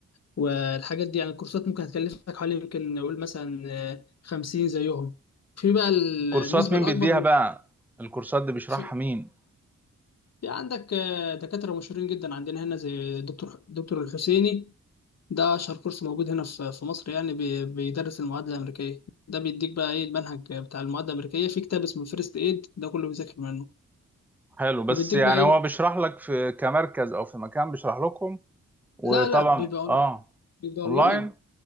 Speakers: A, on the left; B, in the centre.
A: والحاجات دي يعني الكورسات ممكن هتكلفك حوالي يمكن نقول مثلا آه، 50 زيهم في بقى ال-
B: كورسات
A: النسبة
B: مين
A: الأكبر
B: بيديها
A: من
B: بقى الكورسات دي بيشرحها
A: في
B: مين
A: في عندك آه، دكاترة مشهورين جدا عندنا هنا زي دكتور دكتور الحسيني ده أشهر كورس موجود هنا في في مصر يعني بي- بيدرس المعادلة الأمريكية ده بيديك بقى إيه المنهج بتاع المعادلة الأمريكية في كتاب اسمه فيرست إيد ده كله بيذاكر منه
B: حلو بس
A: وبيديك
B: يعني
A: بقى إيه
B: هو بيشرح لك في كمركز او في مكان بيشرح لكم وطبعا
A: لا لا بيبقى
B: اه
A: أون- بيبقى أونلاين
B: اونلاين